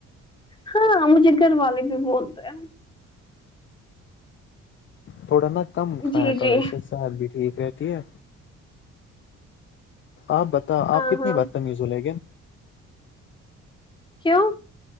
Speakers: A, on the left; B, on the left.
A: ہاں مجھے گھر والے بھی بولتےہیں
B: تھوڑا نا کم کھایا
A: جی
B: کرو
A: جی
B: اس سے صحت بھی ٹھیک رہتی ہے آپ بتاوآپ
A: ہاں
B: کتنی
A: ہاں
B: بد تمیز ہو لیکن
A: کیوں